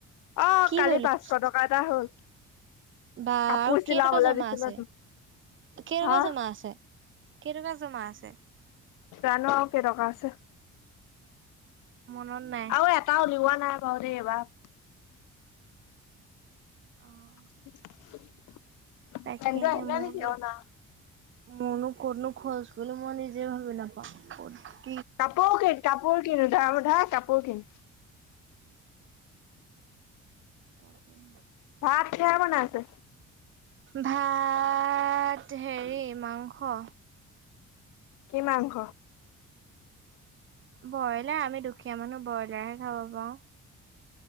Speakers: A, on the left; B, on the right.
A: অ
B: কি
A: কালি
B: কৰিলো
A: পাঁচশ টকা এটা হ'ল।
B: বা
A: কাপোৰ
B: আৰু
A: চিলাবলৈ
B: কেইটকা জমা
A: দিছিলো
B: আছে?
A: তোক।
B: কেইটকা
A: হা
B: জমা আছে? কেইটকা জমা আছে?
A: জানো আৰু কেইটকা আছে
B: মনত নাই
A: আৰু এটা উলিওৱা নাই বাৰু দেই এইবাৰ।
B: অ,
A: <inaudible>
B: তাকে
A: পেনটো
B: হে
A: আহিলে
B: মনু
A: নেকি অ নাই
B: মনু কতনো খৰজ গ'ল বুলো, মই নিজে ভাবি নাপাওঁ ক
A: কাপোৰ কিন কাপোৰ কিনো, উধাই-মুধাই কাপোৰ কিন।
B: কম।
A: ভাত কিহেৰে বনাই আছে?
B: ভাত হেৰি মাংস।
A: কি মাংস
B: ব্ৰইলাৰ আমি দুখীয়া মানুহ ব্ৰইলাৰ হে খাব পাৰওঁ।